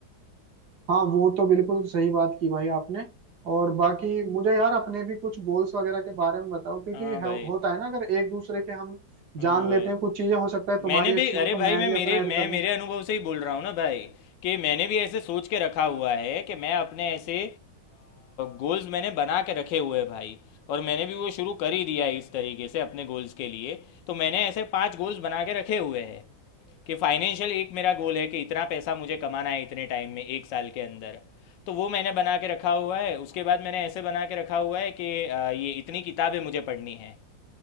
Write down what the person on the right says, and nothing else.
हाँ वो तो बिल्कुल सही बात की भाई आपने और बाकी मुझे यार अपने भी कुछ गोल्स वगैरह के बारे में बताओ क्योंकि
ह-
होता है ना अगर एक दूसरे के हम
जान
लेते हैं कुछ चीजें हो सकता है तुम्हारी
अच्छी हो
तो
मैं
भी
अपना ऐड
कर दूं